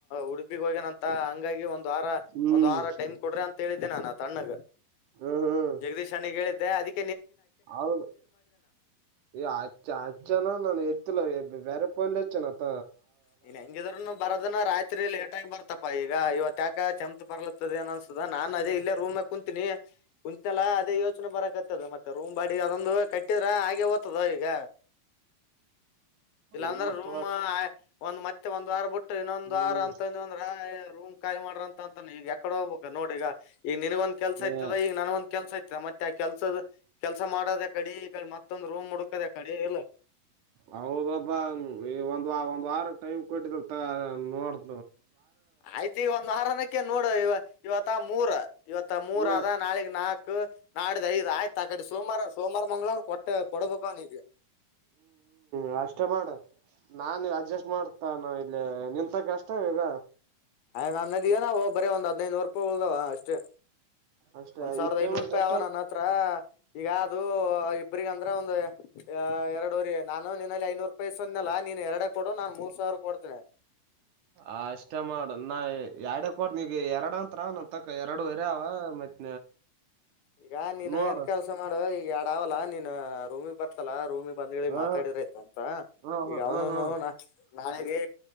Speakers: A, on the left (about 80°); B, on the right (about 65°).
A: ಉಡುಪಿಗ್ ಹೋಗ್ಯನ ಅಂತ ಹಂಗಾಗಿ ಒಂದು ವಾರ
B: ಹ್ಮ್
A: ಒಂದ್ ವಾರ ಟೈಮ್ ಕೊಡ್ರೆ ಅಂತ ಹೇಳಿದ್ದೆ ನಾನು ಅ ತಣ್ಣಗ
B: ಹ್ಮ್
A: ಜಗದೀಶ್ ಅಣ್ಣಿಗೆ ಹೇಳಿದ್ದೆ ಅದಿಕ್ಕೆ
B: ಹೌದು ಈ ಆ ಆಜ ಜನ ನನ್ ಎ <unintelligible> ಇ ಬೇರೆ ಪಯಂಲಿಚ್ಚಾನ ಅತ
A: ನೀನ್ ಹೆಂಗಿದ್ರನು ಬರೋದನ್ನ ರಾತ್ರಿಯಲ್ಲಿ ್ ಬರ್ತಪಾ ಈಗ ಇವತ್ತುಾಕ ಚಮತ್ ಬರ್ಲತ್ತದ ಏನ್ ಅನ್ಸುದ ನಾನನ್ ಅದೇ ಇಲ್ಲೇ ರೂಮ್ ಕುೂಂತೀಿನಿ ನಿಂತನೆಲ್ಲಾ ಅದೇ ಯೋಚನೆ ಬರಕತ್ತದ ಮತ್ತೆ ರೂಮ್ ಬಾಡಿ ಅದೊಂದು ಕಟ್ಟಿದ್ರ ಹಾಗೆ ಓ್ತದ ಈಗ ಇಲ್ಲಾಂದ್ರೆ
B: ಇಲ್ಲಪ್ಪ
A: ರೂಮ್ ಒ ಮತ್ತೆ ಒಂದ್ ವಾರ ಬಿಟ್ಟು ಇನ್ನೊಂದ್
B: ಹ್ಮ್
A: ವಾರ ಅಂತ ಒ ರೂಮ್ ಖಾಲಿ ಮಾಡ್ರ ಅಂತ ಅಂತಾನ ಈಗ ಯಕಡೆ ಹೋಗ್ಬಬೇಕ ನೋಡಿ ಈಗ ಈಗ ನನ್ಗೊಂದ್ ಕೆಲಸ ಇಐತದ
B: ಏ
A: ಈಗ ನನ್ೊಂದ್ ಕೆಲಸ ಐತ ಮತ್ತೆ ಆ ಕೆಲ್ಸದ ಕೆಲಸ ಮಾಡೋದ ಕಡೆ ಈೆ ಮತ್ತೊಂದು ರೂಮ್ ಹುಡುಕದ ಕಡೆಲ್ಲ
B: ಹೌದಬ ಈ ಒಂದ್ ಒಂದ್ ವಾರ ಟೈಮ್ ಕೊಟ್ಟಿದಲ್ ನೋಡ್
A: ಆಯ್ತು ಈ ಒಂದ್ ವಾರನಕ್ಕೆ ನೋಡ ಇವ ಇವತ್ತ ಮೂರ್ ಇವತ್ತ ಮೂರ
B: ಹ್ಮ
A: ಅದ ನಾಳಗ್ ನಾಕ್ ನಾಡದ ಐದು ಆಯ್ತಕ್ಕಾಡಿ ಸೋಮವಾರ ಮಂಗಳವಾರ ಕೊಟ್ಟು ಕೊಟ್ಟು ನೋಡಬೇಕು ಅವನಿಗೆ
B: ನಾಷ್ಟ ಮಾಡು ನಾನಿಲ್ಲ ಅಡ್ಜಸ್ಟ್ ಮಾಡ್ತೀನಿ ಇಂಥ ಕೆಷ್ಟವ್ವ ಈಗ
A: ನನ್ನದೇನು ಅವು ನನ್ನತ್ರ ಒಂದು ಸಾವುರಾದ ಐದು ನೂರುಅಷ್ಟೇ
B: ಅಷ್ಟೇ
A: ಒಂದ್ ಸಾವಿರದ
B: ಈ ಪೇಮೆಂಟ್
A: ಐನೂರು ರೂಪಾಯಿ
B: ಅಷ್ಟ
A: ಅವ ನನ್ನ ಹತ್ರ ಈಗ ಅದು ಇಬ್ರಗಂತ ಅ ಒಂದು ಎರಡರಿ ನಾನು ನಿನ್ನಲ್ಲಿ ಐನೂರು ರೂಪಾಯಿಸ್ಂದನಲ್ಲಾ ನೀನ್ ಎರಡಡೆ ಕೊಡು ನಾನ್ ಮೂರ್ ಸಾವಿರ ಕೊಡ್ತೀನಿ <inaudible>
B: ಆ ಅಷ್ಟೇ ಮಾಡ ನಾ ಎರಡು ಕೊಡ್ತೀನಿ ನೀಗ ಎರಡು ಅಂಂತತ್ರ ನ ತಕ್ಕ ಎರಡು ವರಿ ಮತ್
A: ಈಗ ನೀನು
B: ನೋಡ
A: ಏನ್ ಕೆಲ್ಸ ಮಾಡುವ ಈಗ ಎರಡ ಅವಲ್ಲಾ ನೀನ್ ರೂಮಿಗ್ ಬರ್ತಲ್ಲಾ ರೂಮಿ ಬಂದ್ಗಳಿಗೆ
B: ಹಾ
A: ಮಾತಾಡಿದ್ರಾಯ್ತ ಅಂತ
B: ಹಾ ಹಾ
A: ಈಗ ಅವ್ನುನು
B: ಹಾ ಹಾ
A: ನಾ ನಾಳೆಗೆ